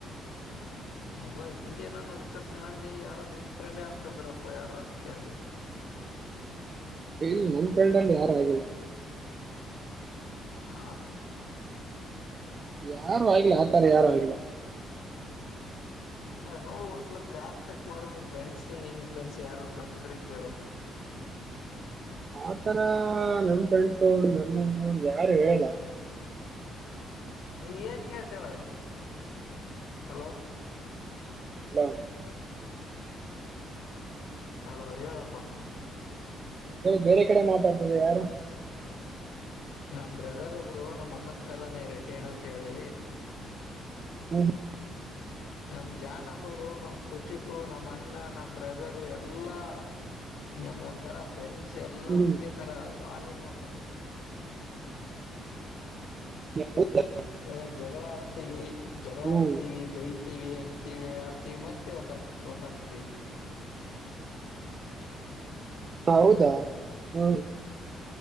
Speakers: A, on the left; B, on the right.
A: ಎಲ್ಲ ಹಿಂಗೆ ನಾನು ರಿಚರ್ಚ್ ಮಾಡಿದೆ ಯಾರೋ ನಿಮ್ ಫ್ರೆಂಡೇ ಅಂತಂದ್ರಪ್ಪ ಯಾರೋ ಅದ್ಕಂದ ಹ್ಮ
B: ಇ ನಮಡಲ್ಲಿ ಯಾರು ಆಗಿಲ್ಲ
A: ಆ
B: ಯಾರು ಆಗಿಲ್ಲ ಆತರ ಯಾರು ಆಗಿಲ್ಲ
A: ಹ ನೋಡು ಒಂದ್ಸಲ ಕ್ರಾಶ್ ಚೆಕ್ ಮಾಡು ನಿಮ್ ಫ್ರೆಂಡ್ಸ್ ನಿಮ್ ಫ್ರೆಂಡ್ಸ್ ಯಾರಾರು ಗೊತ್ತಿದ್ರೆ ಕೇಳು <inaudible>
B: ಆತರ ನನ್ ಫ್ರೆಂಡ್ಸ್ ಅವರು ನನ್ನನೋ ಯಾರು ಹೇಳಲ್ಲ
A: ನೀ ಏನ್ ಕೇಳ್ತ ಹೇಳದು ಅಲೋ
B: ಹಲೋ
A: ಅಲೋ ಹೇಳಪ್ಪ
B: ಬೇರೆ ಕಡೆ ಮಾತಾಡ್ತಿದೆ ಯಾರು
A: ನಮ್ಮ್ ಬ್ರದರ್ ಒಬ್ರು ನಮ್ ಅಣ್ಣನ್ ತರಾನೇ ರೆಡ್ಡಿ ಣ ಅಂತ ಹೇಳಿ
B: ಹ್ಮ ಹ
A: ನಮ ಜಾನಪರು ನಮ್ ಕುಚಕು ನಮ್ ಅಣ್ಣ ನಮ ಬ್ರದರು ಎಲ್ಲಾ ನಮ್ ಒಂಥರ ಫ್ರೆಂಡ್ ಎಲ್ಲಾ
B: ಹ್ಮ್
A: ಒಂದೇ ತರ ಹಾಲಿನ ಒವನ್ನು
B: ಹ
A: ಹ ಜಗಳ ಆಡ್ತೀವಿ ಜಗಳ
B: ಹ್ಮ್
A: ಆಡ್ತೀವಿ ಬೈ ಹವಿ ಅಂತೀವಿ ಆಡ್ತೀವಿ ಮತ್ತೆ ಒಂದ್ ಒಂದ್ ಹಕ್ತಿವಿ
B: ಹ ಹೌದಾ ಹ್ಮ್